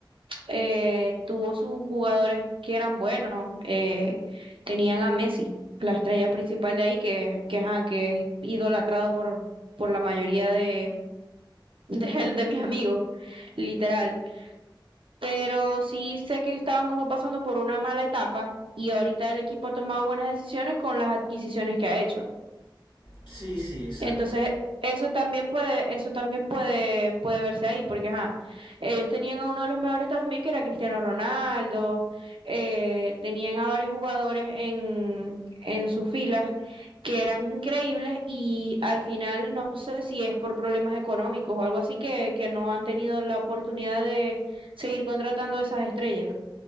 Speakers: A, on the right (about 85°); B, on the left (about 75°).
A: eh, tuvo sus jugadores que eran buenos, eh, tenían a Messi, la estrella principal de ahí, que, que, ajá, que es idolatrado por, por la mayoría de, <laughs> de, de mis amigos, literal. Pero sí sé que estaban como pasando por una mala etapa y ahorita el equipo ha tomado buenas decisiones con las adquisiciones que ha hecho.
B: Sí, sí, exacto.
A: Entonces, eso también puede, eso también puede, puede verse ahí, porque ajá, ellos tenían a uno de los mejores también, que era Cristiano Ronaldo, eh, tenían a varios jugadores en, en sus filas que eran increíbles y al final no sé si es por problemas económicos o algo así que, que no han tenido la oportunidad de seguir contratando a esas estrellas